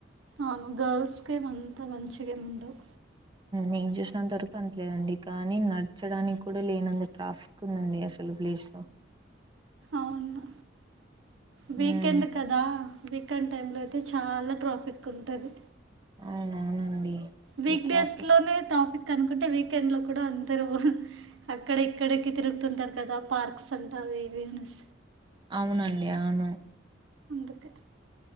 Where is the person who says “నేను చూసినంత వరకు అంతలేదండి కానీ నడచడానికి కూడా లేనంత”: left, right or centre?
Right